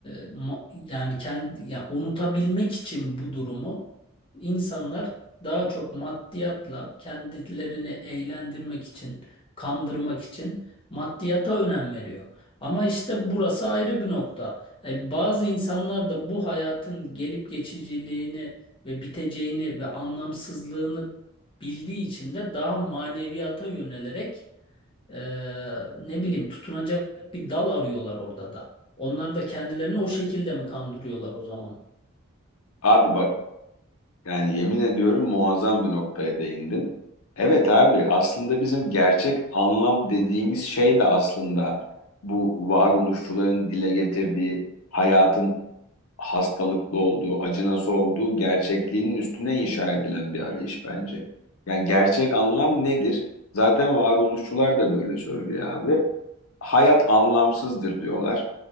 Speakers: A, on the left; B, on the left.
A: ma- yani kendi yani unutabilmek için bu durumu insanlar daha çok maddiyatla kendilerini eğlendirmek için kandırmak için maddiyata önem veriyor. Ama işte burası ayrı bir nokta. E, bazı insanlar da bu hayatın gelip geçiciliğini ve biteceğini ve anlamsızlığını bildiği için de daha maneviyata yönelerek e, ne bileyim tutunacak bir dal arıyorlar orada da. Onlar da kendilerini o şekilde mi kandırıyorlar o zaman?
B: Abi bak yani yemin ediyorum muazzam bir noktaya değindin. Evet abi aslında bizim gerçek anlam dediğimiz şey de aslında bu varoluşçuların dile getirdiği hayatın hastalıklı olduğu, acı nasıl olduğu gerçekliğinin üstüne inşa edilen bir arayış bence. Yani gerçek anlam nedir? Zaten varoluşçular da böyle söylüyor abi. Hayat anlamsızdır diyorlar.